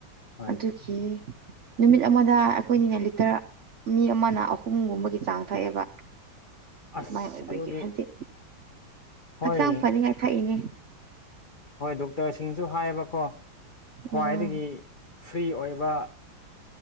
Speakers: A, on the left (about 85°); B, on the right (about 60°).
A: ꯍꯣꯏ
B: ꯑꯗꯨꯒꯤ ꯅꯨꯃꯤꯠ ꯑꯃꯗ ꯑꯩꯈꯣꯏꯅꯤꯅ ꯂꯤꯇꯔ ꯃꯤ ꯑꯃꯅ ꯑꯍꯨꯝꯒꯨꯝꯕꯒꯤ ꯆꯥꯡ ꯊꯛꯑꯦꯕ
A: ꯑꯁ
B: ꯃꯥꯏ ꯑꯣꯏꯕꯒꯤ
A: ꯑꯗꯨꯗꯤ
B: ꯍꯥꯏꯗꯤ
A: ꯍꯣꯏ
B: ꯍꯛꯆꯥꯡ ꯐꯅꯤꯡꯉꯥꯏ ꯊꯥꯛꯏꯅꯦ
A: ꯍꯣꯏ ꯗꯣꯛꯇꯔꯁꯤꯡꯁꯨ ꯍꯥꯏꯌꯦꯕꯀꯣ
B: ꯎꯝ
A: ꯈ꯭ꯋꯥꯏꯗꯒꯤ ꯐ꯭ꯔꯤ ꯑꯣꯏꯕ